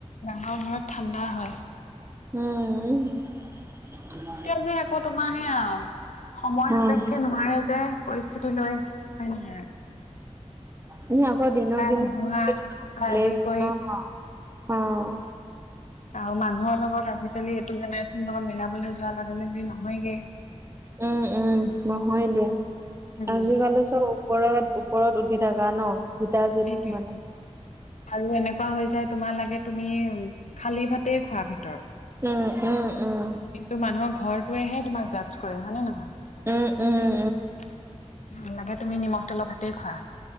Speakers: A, on the left; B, on the right.
A: বাঁহৰ ঘৰত ঠাণ্ডা হয়।
B: উম উম তোমা
A: এতিয়া যে আকৌ তোমাৰ সেয়া আও সময়
B: উম
A: সাপেক্ষে নোৱাৰে যে, পৰিস্থিতি লৈ হয় নেকি আৰু
B: এনে আকৌ দিনক দিনে,
A: ধুমুহা
B: সেইটো
A: পৰা
B: ভালে
A: আদি
B: হৈছে
A: কৰি
B: ন। অহ
A: আৰু মানুহৰ লগত আজিকালি এইটো জেনেৰেশ্যনৰ লগত মিলাবলে যোৱাৰ লগে লগে নহয়গে।
B: উম, উম নহয় দিয়া,
A: উম,
B: আজিকালি চব ও ওপৰত, ওপৰত উঠি থাকা ন, জিতা জিত
A: সেইটোৱে।
B: মানে।
A: আৰু এনেকুৱা হৈ যায়, তোমাৰ লাগে তুমি- খালি ভাতে খোৱা ভিতৰত।
B: উম উম উম
A: কিন্তু মানুহৰ ঘৰটোৱেহে তোমাক জাৰ্জ কৰে, হয় নে নহয়।
B: উম উম
A: লাগে তুমি নিমখ তেলৰ ভাতেই খোৱা।